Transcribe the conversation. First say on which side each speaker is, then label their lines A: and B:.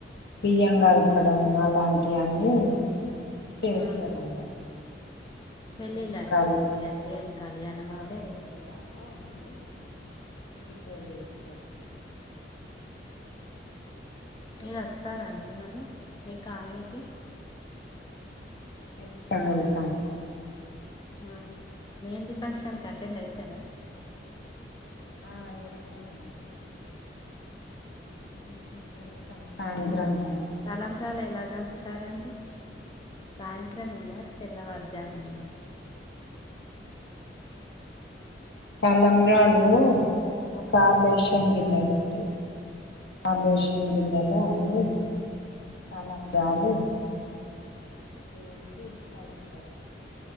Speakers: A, on the left (about 65°); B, on the left (about 25°).
A: బియ్యం గల్పడం అలాంటియన్ని చేస్తార్
B: ఆ
A: అందర్ బియ్యము
B: పెళ్ళిలాగా
A: కాల్
B: ఇగ దేవుని కళ్యాణం
A: అ <unintelligible>
B: అంటే
A: ఈ పేర్ ఎస్తరు
B: మీరొస్తారా అండి మరి మీ కాల్నీకి
A: ఎళ్తాం ఎళ్తాం
B: ఆ మేంటి ఫంక్షన్ కటెండ్ అయితారా
A: ఆ ఏళ్తామండి
B: ఉహు
A: వెళ్తాం సాయంత్రం
B: మర్
A: టైంలో
B: తలంబ్రల్ ఎలా దంచు తారండి సాయంత్రం మెన తెల్లవార్ జామునన
A: తలంబ్రాలు ఒక బేషన్ గిన్నెట్టి ఆబేషన్ గిన్నెలో అన్ని తలంబ్రాలు ఏసి కల్పుతరు